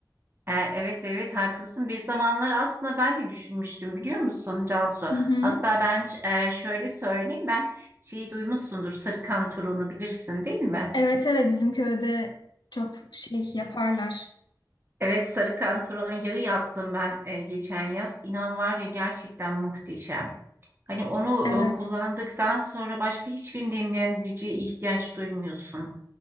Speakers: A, on the right (about 35°); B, on the left (about 75°).
A: E, Evet evet haklısın. Bir zamanlar aslında ben de düşünmüştüm biliyor musun Cansu?
B: Hı hı.
A: Hatta ben e, şöyle söyleyeyim ben şeyi duymuşsundur sarı turunu bilirsin değil mi?
B: Evet evet bizim köyde çok şey yaparlar.
A: Evet sarı turun yağı yaptım ben e, geçen yaz. İnan var ya gerçekten muhteşem. Hani onu
B: Evet.
A: e, kullandıktan sonra başka hiçbir nemlendiriciye ihtiyaç duymuyorsun.